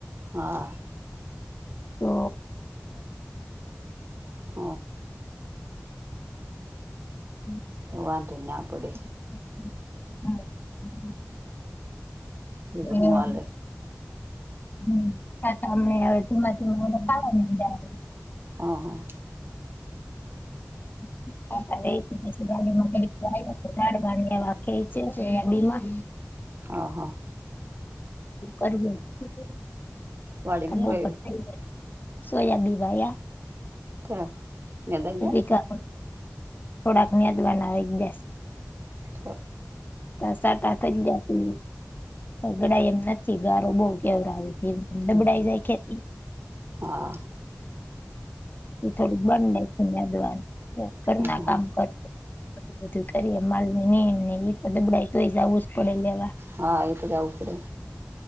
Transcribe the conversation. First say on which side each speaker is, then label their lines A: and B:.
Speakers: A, on the right; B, on the left.
A: હા
B: <unintelligible> તો
A: હ
B: <unintelligible> <inaudible>
A: વાધો ના પડે
B: <inaudible> <inaudible>
A: બીજું હું હાલે
B: <inaudible>
A: હ હ.
B: <inaudible>
A: હ હ.
B: એવું <unintelligible>
A: વાડી હું વયું
B: સોયાબી ભાયા
A: થે મે દા ગયા
B: <unintelligible> થોડાક <unintelligible>
A: ગયા
B: <inaudible> પગડાય એમ નથી ગારો બોવ કેવરાવે
A: હમ
B: દબડાઈ જાય ખેતી
A: હા.
B: એ થોડુંક બંડે મેદવાન ઘરના
A: હ હ
B: કામ કર બધું કરી માલ ને ને ઈ તો દબડાય તોય જવું જ પડે લેવા
A: હા એ તો જાવું પડે